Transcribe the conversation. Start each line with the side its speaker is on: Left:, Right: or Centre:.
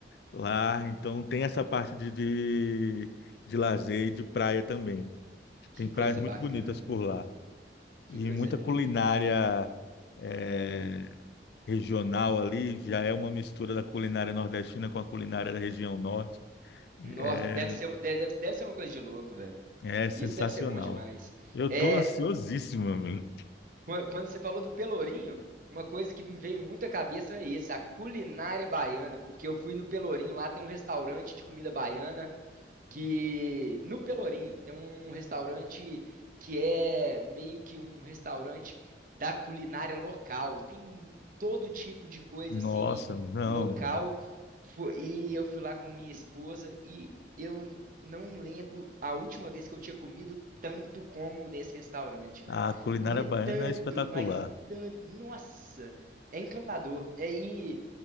Left: lá, então tem essa parte de, de, de lazer e de praia também.
Right: Que
Left: Tem
Right: coisa
Left: praias muito
Right: bacana,
Left: bonitas por
Right: velho.
Left: lá e
Right: Que coisa
Left: muita
Right: linda.
Left: culinária é, regional ali, já é uma mistura da culinária nordestina com a culinária da região norte.
Right: Nossa,
Left: É,
Right: deve ser, um- de- deve, deve ser uma coisa de louco, velho.
Left: é sensacional.
Right: Isso deve ser bom demais.
Left: Eu
Right: É,
Left: tô ansiosíssimo, amigo.
Right: qu- quando você falou do Pelourinho, uma coisa que me veio muito à cabeça é isso, a culinária baiana, porque eu fui no Pelourinho, lá tem um restaurante de comida baiana. que no Pelourinho tem um restaurante que é meio que um restaurante da culinária local. Tem todo tipo de coisa
Left: Nossa,
Right: assim
Left: não.
Right: local. Fo- E eu fui lá com minha esposa e eu n- não lembro a última vez que eu tinha comido tanto como nesse restaurante, velho.
Left: A culinária
Right: Comi
Left: baiana
Right: tanto,
Left: é espetacular.
Right: mas tanto. Nossa, é encantador. É, E